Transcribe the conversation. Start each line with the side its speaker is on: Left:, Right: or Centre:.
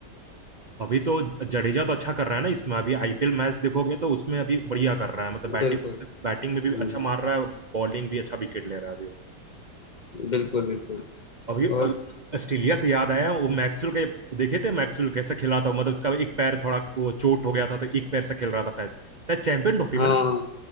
Right: अभी तो जडेजा तो अच्छा कर रहा है ना इसमें अभी आईपीएल मैच देखोगे तो उसमें अभी बढ़िया कर रहा है मतलब बैटिंग
Left: बिल्कुल
Right: बैटिंग में भी
Left: हम्म,
Right: अच्छा मार रहा है बॉलिंग भी अच्छा विकेट ले रहा है अभी
Left: बिल्कुल बिल्कुल
Right: अभी
Left: और
Right: ऑस्ट्रेलिया से याद आया वो मैक्सवेल का देखे थे मैक्सवेल कैसा खेल रहा था मतलब इसका एक पैर थोड़ा वो चोट हो गया था तो एक पैर से खेल रहा था शायद शायद चैंपियन ट्रॉफी
Left: हाँ
Right: में ना